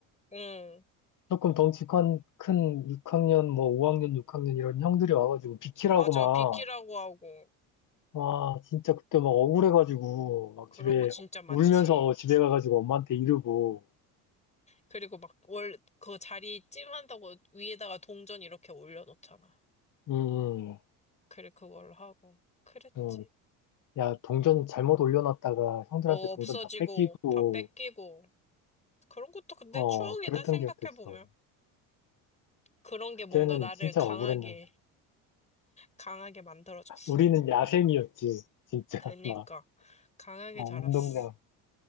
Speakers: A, on the left; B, on the left.
A: 응,
B: 조금 덩치 큰, 큰 6학년, 뭐 5학년, 6학년 이런 형들이 와가지고 비키라고
A: 맞아.
B: 막,
A: 비키라고 하고.
B: 와, 진짜 그때 막 억울해가지고, 막
A: 그런
B: 집에,
A: 거 진짜 많지.
B: 울면서 집에 가가지고 엄마한테 이르고,
A: 그리고 막 월, 그 자리 찜한다고 위에다가 동전 이렇게 올려놓잖아.
B: 음, 음,
A: 그래, 그걸로 하고. 그랬지.
B: 음. 야, 동전 잘못 올려놨다가 형들한테
A: 어,
B: 동전
A: 없어지고,
B: 다 뺏기고,
A: 다 뺏기고. 그런 것도 근데
B: 어,
A: 추억이다,
B: 그랬던
A: 생각해보면.
B: 기억도 있어.
A: 그런
B: 그때는
A: 게 뭔가 나를
B: 진짜
A: 강하게,
B: 억울했는데.
A: 강하게 만들어줬어.
B: 우리는 야생이었지, 진짜.
A: 그니까,
B: <laughs> 막,
A: 강하게
B: 어,
A: 자랐어.
B: 운동장,